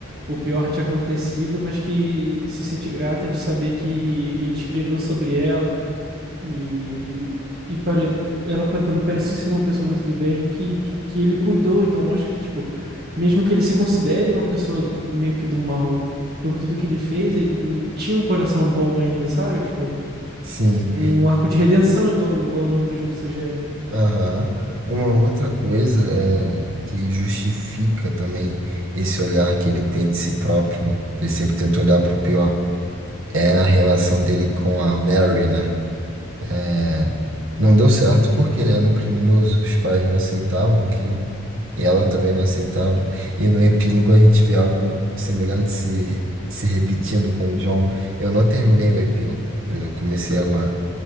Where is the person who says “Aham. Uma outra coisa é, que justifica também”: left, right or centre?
Right